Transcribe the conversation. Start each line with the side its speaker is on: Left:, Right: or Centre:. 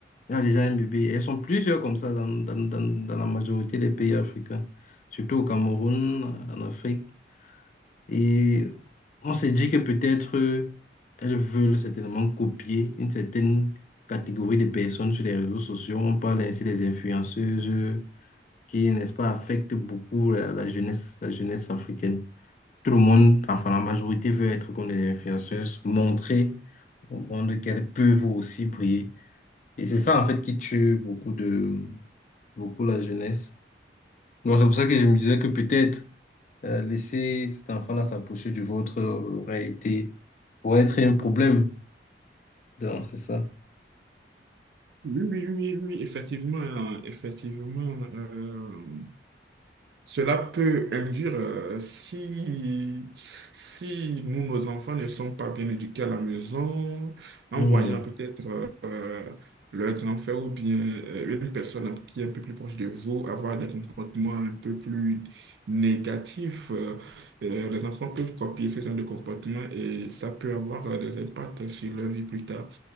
Left: Elle a déjà un bébé. Elles sont plusieurs comme ça dans, dans, dans, dans la majorité des pays africains, surtout au Cameroun, en Afrique. Et on s'est dit que peut-être euh, elles veulent certainement copier une certaine catégorie de personnes sur les réseaux sociaux. On parle ainsi des influenceuses euh, qui, n'est-ce pas, affectent beaucoup la, la jeunesse, la jeunesse africaine. Tout le monde, enfin la majorité veut être comme des influenceuses, montrer au monde qu'elles peuvent aussi briller. Et c'est ça en fait qui tue beaucoup de beaucoup la jeunesse. Moi, c'est pour ça que je me disais que peut-être euh, laisser cet enfant-là s'approcher du vôtre aurait été aurait être un problème. Donc, c'est ça.
Right: Oui, oui, oui, oui, effectivement, euh, effectivement. euh, Cela peut induire, euh, si, si nous, nos enfants ne sont pas bien éduqués à la maison, en
Left: Hmm,
Right: voyant peut-être euh, euh, leur grand-frère ou bien euh, une personne qui est un peu plus proche de vous avoir des comportements un peu plus négatifs, euh, euh, les enfants peuvent copier ce genre de comportement et ça peut avoir euh, des impacts sur leur vie plus tard.